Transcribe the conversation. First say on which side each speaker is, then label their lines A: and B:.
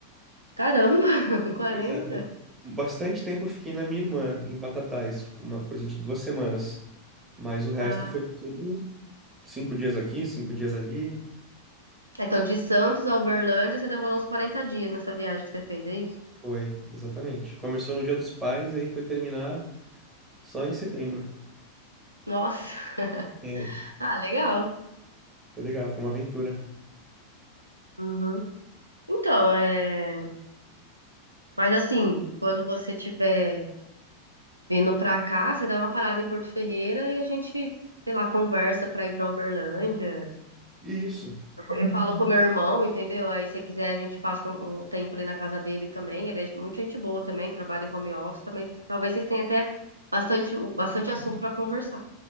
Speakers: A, on the right (about 85°); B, on the right (about 15°).
A: Caramba, <laughs> 40.
B: Pois é, bo- bastante tempo eu fiquei na minha irmã, em Batatais, tipo, uma coisa de duas semanas. Mas o resto
A: Ah,
B: foi tudo cinco dias aqui, cinco dias ali.
A: é, então de Santos a Uberlândia você demorou uns 40 dias nessa viagem que você fez, é isso?
B: Foi, exatamente. Começou no Dia dos Pais e aí foi terminar só em setembro.
A: Nossa,
B: É,
A: <laughs> ah, legal.
B: foi legal, foi uma aventura.
A: Uhum. Então, é... Mas assim, quando você tiver vindo pra cá, você dá uma parada em Porto Ferreira e a gente, sei lá, conversa pra ir pra Uberlândia.
B: E Isso.
A: Eu falo com meu irmão, entendeu? Aí, se quiser, a gente passa um, um tempo ali na casa dele também. Ele é muito gente boa também, trabalha em home office também. Talvez vocês tenham até bastante, bastante assunto para conversar.